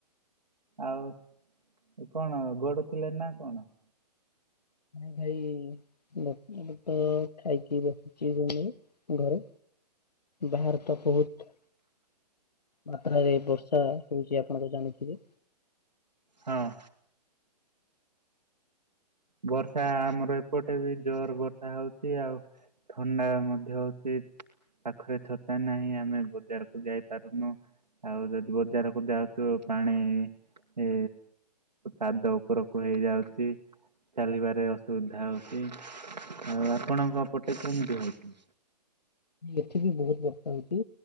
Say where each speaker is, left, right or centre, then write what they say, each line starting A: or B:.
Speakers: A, on the right; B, on the left.
A: ଆଉ କଣ ଗଡୁ ଥିଲେ ନା କଣ?
B: ଭାଇ। <unintelligible> ତ ଖାଇକି ବସିଛିି ଘରେ ବାହାର ଟ ବହୁତ ମାତ୍ରାରେ ବର୍ଷା ହଉଛି ଆପଣ ତ ଜାଣିଥିବେ।
A: ହଁ ବର୍ଷା ଆମର ଏପଟେ ବି ଜୋର ବର୍ଷା ହଉଛି ଆଉ। ଥଣ୍ଡା ମଧ୍ୟ ହ ଉଚି। ପାଖରେ ଛତା ନାହିଁ ଆମେ ବଜାରକୁ ଯାଇ ପାରୁନୁ। ଆଉ ଯଦି ବଜାରକୁ ଯାଉଛୁ ପାଣି ଏ। ପାଦ ଉପରକୁ ହେଇଯାଉଛି। ଚାଲିବାରେ ଅସୁବିଧା ହଉଛି ଆଉ ଆପଣଙ୍କପଟେ କେମିତି ହଉଛି।
B: ଏଠି ବି ବହୁତ ବର୍ଷା ହଉଛି